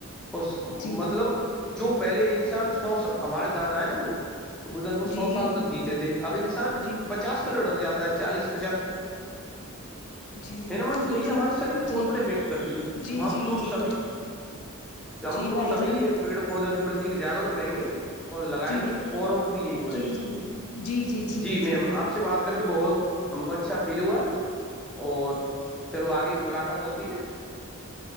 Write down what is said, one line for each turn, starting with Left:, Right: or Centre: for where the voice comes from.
Centre: اور
Left: جی
Centre: مطلب جو پہلے انسان سے سو س ہمارے دادا ہے نا وہ بن وہ
Left: جی
Centre: سو سال تک جیتے تھے اب انسان
Left: جی جی جی
Centre: پچاس لوڑک جاتا ہے چالیس پچاس ہے
Left: جی
Centre: ہے نہ میم
Left: چلو
Centre: تو یہ
Left: ٹھیک
Centre: ہمارے شریر کو
Left: ٹھیک
Centre: بہت بڑے
Left: ہے
Centre: پیٹ کرتی ہے
Left: جی
Centre: تو ہم
Left: جی
Centre: تم
Left: جی
Centre: سبھی ہم
Left: جی
Centre: تم
Left: بھائی
Centre: سبھی
Left: جان
Centre: یہ پیڑ پودوں کے پرتی جاگروک رہیں گے اور لگائیں
Left: جی
Centre: گے اوروں کو بھی یہی بولیں
Left: جی
Centre: گے
Left: جی جی ٹھیک
Centre: جی
Left: ہے
Centre: میم
Left: ٹھیک ہے
Centre: آپ
Left: اوکے
Centre: سے بات کر کے بہت ہم کو اچھا فیل ہوا اور چلو آگے ملاقات ہوتی ہے